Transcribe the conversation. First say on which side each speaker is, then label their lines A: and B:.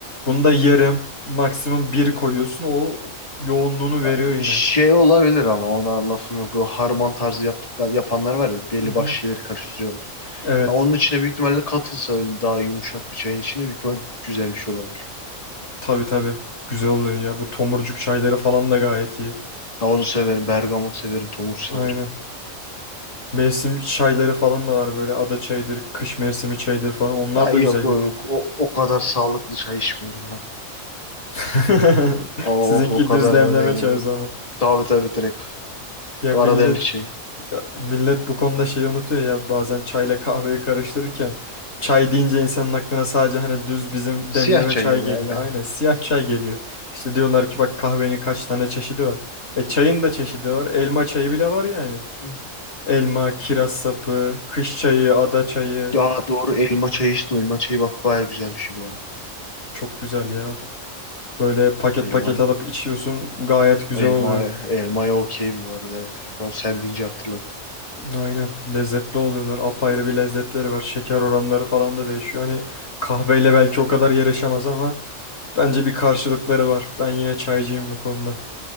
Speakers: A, on the left; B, on the left.
A: bunda yarım maksimum bir koyuyorsun o yoğunluğunu veriyor
B: Ya,
A: yine.
B: şey olabilir ama ona lafım yok. Bu harman tarzı yaptıklar, yapanlar var ya belli
A: Hı hı.
B: başlı şeyleri karıştırıyorlar.
A: Evet.
B: Ha, onun içine büyük ihtimalle katılsa öyle daha yumuşak bir çayın içine büyük ihtimalle güzel bir şey olabilir.
A: Tabii tabii. Güzel oluyor ya. Bu tomurcuk çayları falan da gayet iyi.
B: Ha, onu severim. Bergamot severim. Tomur
A: Aynen.
B: severim.
A: Mevsim çayları falan da var böyle ada çayıdır, kış mevsimi çayıdır falan. Onlar
B: Ha,
A: da
B: yok
A: güzel
B: o,
A: gidiyor.
B: o, o kadar sağlıklı çay içmiyorum ben.
A: <laughs>
B: O,
A: Sizinki
B: o, o kadarına
A: düz demleme
B: da
A: çay o zaman.
B: tabii tabii direkt.
A: Ya
B: Kara
A: millet
B: demlik çayı.
A: millet bu konuda şeyi unutuyor ya bazen çayla kahveyi karıştırırken çay deyince insanın aklına sadece hani düz bizim
B: Siyah
A: demleme
B: çay
A: çay
B: geliyor
A: geliyor.
B: aynen.
A: Aynen siyah çay geliyor. İşte diyorlar ki bak kahvenin kaç tane çeşidi var. E çayın da çeşidi var. Elma çayı bile var yani.
B: Hı.
A: Elma, kiraz sapı, kış çayı, ada çayı.
B: Ya doğru elma çayı içtim. Elma çayı bak baya güzel bir şey bu arada.
A: Çok güzel ya. Böyle paket
B: Elman,
A: paket alıp içiyorsun gayet güzel
B: elmaya,
A: oluyor.
B: elmaya okeyim bu arada evet. Şu an sen deyince hatırladım.
A: Aynen. Lezzetli oluyorlar. Apayrı bir lezzetleri var. Şeker oranları falan da değişiyor. Hani kahveyle belki o kadar yarışamaz ama bence bir karşılıkları var. Ben yine çaycıyım bu konuda.